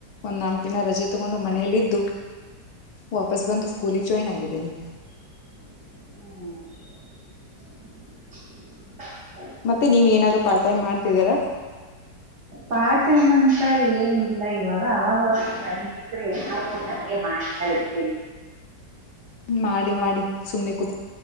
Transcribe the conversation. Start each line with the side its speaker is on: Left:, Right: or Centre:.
Left: ಒಂದ್ ನಾಲ್ಕಕ್ ದಿನ ರಜೆ ತಗೊಂಡು ಮನೇಲ್ಲಿದ್ದು. ವಾಪಸ್ ಬಂದು ಸ್ಕೂಲಿಗೆ ಜಾಯಿನ್ ಆಗಿದ್ದೇನೆ.
Right: ಹ್ಮ್
Left: ಮತ್ತೆ ನೀವ ಏನಾದ್ರು ಪಾರ್ಟ್ ಟೈ ಮಾಡ್ತಿದೀರಾ.
Right: ಪಾರ್ಟ್ ಟೈಮ್ ಅಂತ ಏನಿಲ್ಲ ಇವಾಗ ಅವಾಗ ಅವ ಕಪಿದ್ರೆ. ಹ ನಂಗೆ ಮಾಡ್ತಾ ಇರ್ತೀನಿ
Left: ಮಾಡಿ ಮಾಡಿ ಸುಮ್ನೆ ಕೂತ್